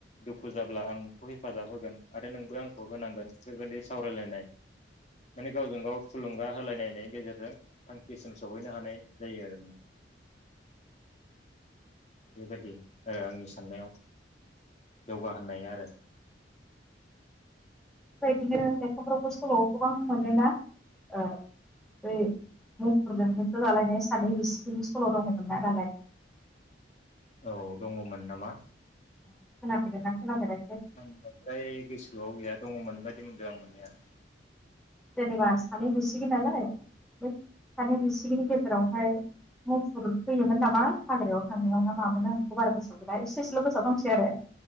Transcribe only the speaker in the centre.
बिदिनो लेखरफ्रावबो सल' गोबां मोनोना? ओ दै मुफुरजों होसो जालायनाय सानै बिसेखिनि सल' दङमोन ना नालाय?
खोना फेरदोंना खोनाफेरा
जेनेबा सानै बिसिगि नालाय। सानै। सिगिनि गेजेरावहाय मुफुर फैयोमोन नामा हाग्रायाव थांनायाव ना मामोन आं बेखौ बारा गोसोआव गैया एसे इसेल' गोसोआव दंसै आरो।